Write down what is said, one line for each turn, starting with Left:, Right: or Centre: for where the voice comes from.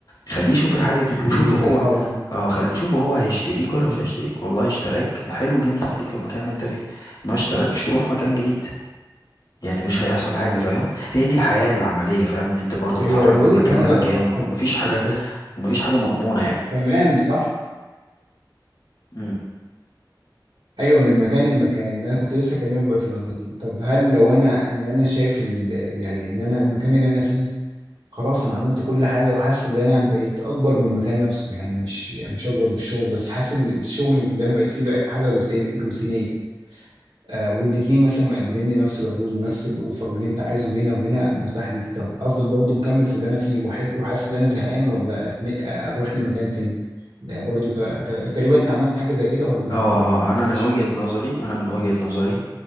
Left: خليه يشوف الحاجة دي
Right: ميزة
Left: وشوف هو
Right: طبعا
Left: اه خلي شوف هو هيشتريك ولا
Right: مم.
Left: مش هيشتريك والله اشتراك حلو جميل خليك في المكان اللي انت فيه ما اشتراكش روح مكان جديد يعني مش هيحصل حاجة فاهم هي دي الحياة العملية فاهم ان انت برضو
Right: هي
Left: تتحرك
Right: هي وجهة
Left: من مكان
Right: نظر
Left: لمكان
Right: صح
Left: ومفيش
Right: بس
Left: حاجة
Right: بس
Left: ومفيش حاجة مضمونة
Right: تمام صح
Left: يعني
Right: ايوه من مكان لمكان انا كنت لسه اكلمك بقى في النقطه دي طب هل لو انا ان انا شايف ال... يعني ان انا المكان اللي انا فيه خلاص انا عملت كل حاجه وحاسس ان انا بقيت اكبر من المكان نفسه يعني مش يعني مش اكبر من الشغل بس حاسس ان الشغل اللي انا بقيت فيه بقى حاجه روتين... روتينيه آه والاثنين مثلا مقدمين لي نفس العروض ونفس الاوفر واللي انت عايزه هنا وهنا متاح ليك طب افضل برضه مكمل في اللي انا فيه وحاسس وحاسس ان انا زهقان ولا أتن- اروح لمكان تاني آه برضه ك... ك... تقريبا انت عملت حاجه زي كده ولا
Left: اه
Right: ولا ما عملتهاش
Left: اه انا من وجهة نظري انا من وجهة نظري